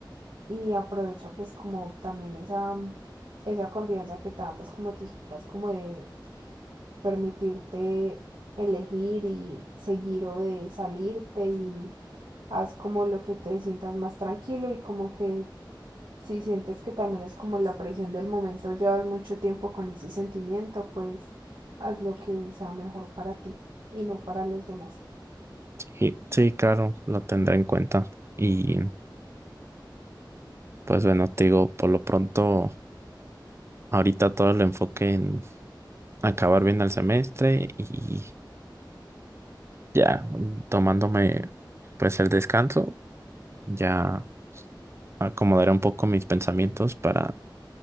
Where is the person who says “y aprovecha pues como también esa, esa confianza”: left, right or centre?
Right